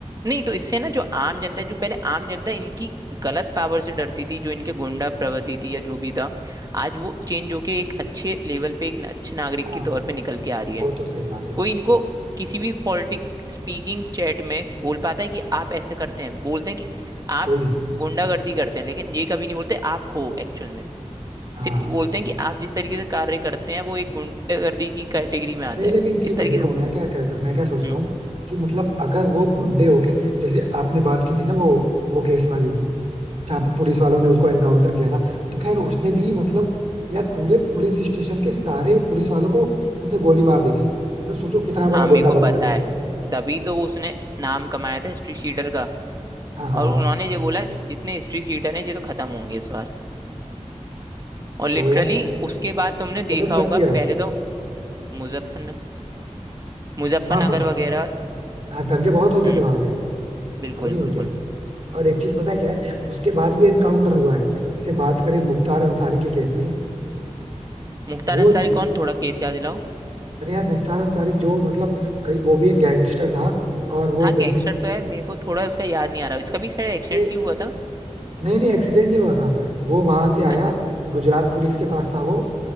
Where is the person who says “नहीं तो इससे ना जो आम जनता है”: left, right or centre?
Right